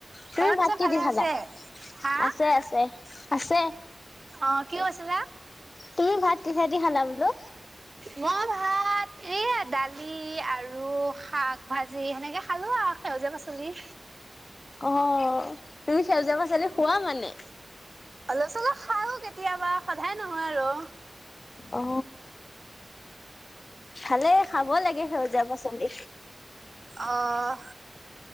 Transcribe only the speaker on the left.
তুমি
ভাত
কি
দি খালা?
আছে আছে। আছে।
তুমি ভাত কিহেদি খালা বোলো?
অ', তুমি সেউজীয়া পাচলি খোৱা মানে?
অ', ভালে খাব লাগে সেউজীয়া সেউজীয়া পাচলি।